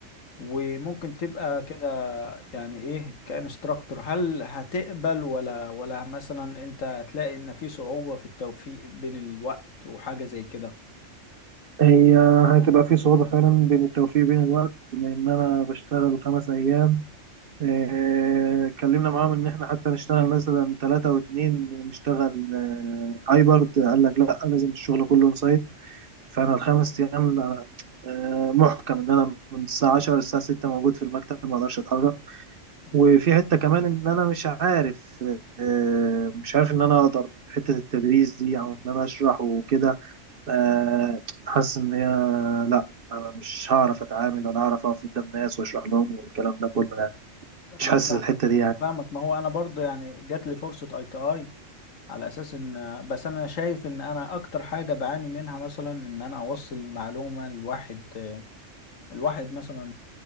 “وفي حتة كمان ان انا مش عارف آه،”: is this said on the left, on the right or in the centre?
Right